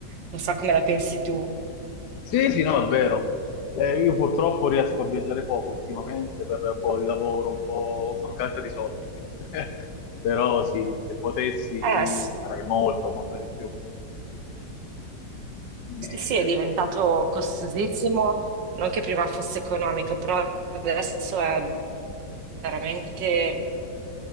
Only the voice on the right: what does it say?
Non so come la pensi tu.
Eh, sì.
Sì,
sì, è diventato costosissimo, non che prima fosse economico, però adesso è veramente,